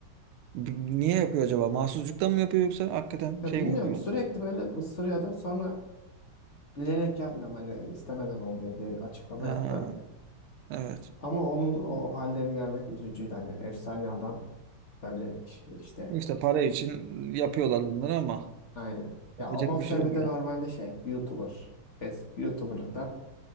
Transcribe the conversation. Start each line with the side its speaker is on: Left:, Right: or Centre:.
Right: B- Niye yapıyor acaba? Mahsuzluktan mı yapıyor yoksa hakikaten
Left: Ya
Right: şey
Left: bilmiyorum
Right: mi yapıyor?
Left: sürekli böyle ısırıyordu sonra bilerek yapmıyorum hani istemeden oldu ya bir açıklama
Right: Ha.
Left: yaptı.
Right: Evet.
Left: Ama onun o hallerini görmek üzücüydü hani efsane adam böyle iş- işte
Right: İşte para için yapıyorlar bunları ama
Left: aynı. Ya
Right: yapacak
Left: o boksör
Right: bir şey yok
Left: bir de
Right: ya.
Left: normalde şey YouTuber. Es, YouTuber'lıktan